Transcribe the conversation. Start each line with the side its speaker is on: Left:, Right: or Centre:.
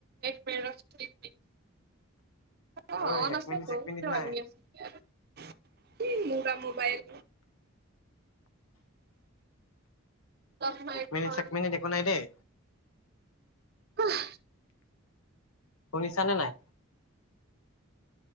Right: ব <unintelligible> অ
Left: ঐ
Right: অ আন
Left: এক
Right: আছে
Left: মিনিট
Right: তো
Left: এক মিনিট
Right: <unintelligible>
Left: নাই
Right: ই মুগা মোবাইল। কম নাই
Left: এক মিনিট
Right: ন <unintelligible>
Left: চেক মিনিট একো নাই দেই
Right: হ <inaudible>
Left: শুনিছানে নাই?